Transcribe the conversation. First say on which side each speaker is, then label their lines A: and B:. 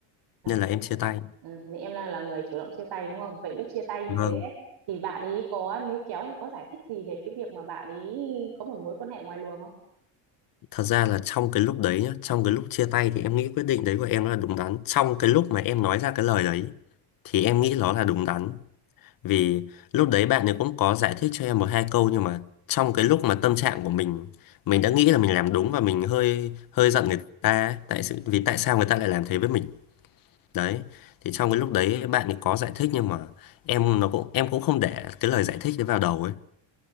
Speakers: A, on the right; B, on the left.
A: Ờ,
B: nên là em chia tay
A: Ừ, thì em đang là người chủ động chia tay đúng không? Vậy lúc chia tay như
B: vâng
A: thế ấy, thì bạn ý có níu kéo hay có giải thích gì về cái việc mà bạn ý có một mối quan hệ ngoài luồng không?
B: thật ra là trong cái lúc đấy nhá trong cái lúc chia tay thì em nghĩ quyết định đấy của em nó là đúng đắn trong cái lúc mà em nói ra cái lời đấy thì em nghĩ nó là đúng đắn vì lúc đấy bạn ấy cũng có giải thích cho em một hai câu nhưng mà trong cái lúc mà tâm trạng của mình mình đã nghĩ là mình làm đúng và mình hơi hơi giận người ta ấy. tại sự vì tại sao người ta lại làm thế với mình đấy thì trong cái lúc đấy bạn ấy có giải thích nhưng mà em nó cũng em cũng không để cái lời giải thích đấy vào đầu ấy